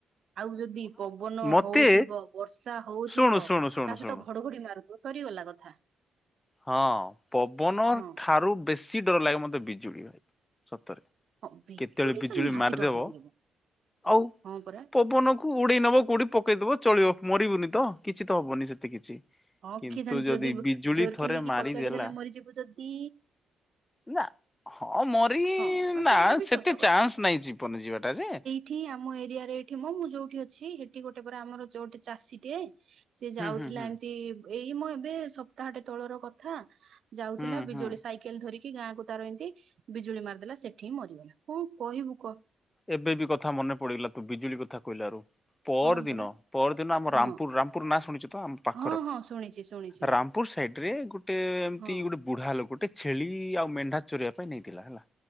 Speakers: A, on the right; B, on the left.
A: ଆଉ ଯଦି ପବନ
B: ମତେ
A: ହଉଥିବ ବର୍ଷା ହଉଥିବ
B: ଶୁଣୁ ଶୁଣୁ
A: ତା
B: ଶୁଣୁ
A: ସହିତ
B: ଶୁଣୁ
A: ଘଡ଼ଘଡ଼ି ମାରୁ ସରିଗଲା କଥା।
B: ହଁ ପବନ
A: ହଁ
B: ଠାରୁ ବେଶୀ ଡ଼ର ଲାଗେ ମତେ ବିଜୁଳି ସତରେ।
A: ହଁ
B: କେତେବେଳେ ବିଜୁଳି
A: ତ ନିହାତି
B: ମାରିଦେବ
A: ଡର ଲାଗିବ
B: ଆଉ
A: ହଁ ପରା
B: ପବନକୁ କୁ ଉଡ଼େଇ ନବ କୋଉଠି ପକେଇଦବ ଚଳିବ ମରିବୁନି ତ କିଛି ତ ହବନି ସେତେ କିଛି।
A: ହଁ
B: କିନ୍ତୁ
A: କିଏ ଜାଣିଛି ଯଦି
B: ବିଜୁଳି
A: ଜୋର
B: ଥରେ
A: କି ନେଇକି
B: ମାରିଦେଲା
A: କଚାଡ଼ି ଦେଲେ ମରିଯିବୁ ଯଦି?
B: ନା ହଁ ମରି
A: ହଁ
B: ନା
A: ସେଇଟା ବି
B: ସେତେ
A: ସତ
B: ଚାନ୍ସ ନାଇଁ ଜୀବନ ଯିବା ଟା ଯେ।
A: ଠି ଆମ ଏରିଆରେ ଏଠି ମ ମୁଁ ଯୋଉଠି ଅଛି ହେଟି ଗୋଟେ ପରା ଆମର ଯୋଉଠି ଚାଷୀଟିଏ ସିଏ ଯାଉଥିଲା
B: ହୁଁ ହୁଁ ହୁଁ।
A: ଏମିତି ଏଇ ମୋ ଏବେ ସପ୍ତାହଟେ ତଳର କଥା। ଯାଉଥିଲା
B: ହୁଁ
A: ବିଜୁଳି
B: ହୁଁ
A: ସାଇକେଲ ଧରିକି ଗାଁକୁ ତାର ଏନ୍ତି ବିଜୁଳି ମାରଦେଲା ସେଠି ହିଁ ମରିଗଲା କଣ କହିବୁ କହ।
B: ଏବେ ବି କଥା ମନେ ପଡ଼ିଗଲା ତୁ ବିଜୁଳି କଥା କହିଲାରୁ। ପଅର୍
A: ହଁ ପରା
B: ଦିନ ପଅର୍ ଦିନ ଆମ
A: ହଁ
B: ରାମପୁର୍ ରାମପୁର୍ ନାଁ ଶୁଣିଛ ତ ଆମ ପା
A: ହଁ ହଁ ଶୁଣିଛି ଶୁଣିଛି।
B: ରାମପୁର ସାଇଡ଼୍ ରେ ଗୋଟେ ଏମିତି
A: ହଁ
B: ଗୋଟେ ବୁଢ଼ା ଲୋକଟେ ଛେଳି ଆଉ ମେଣ୍ଢା ଚରେଇବା ପାଇଁ ନେଇଥିଲା ହେଲା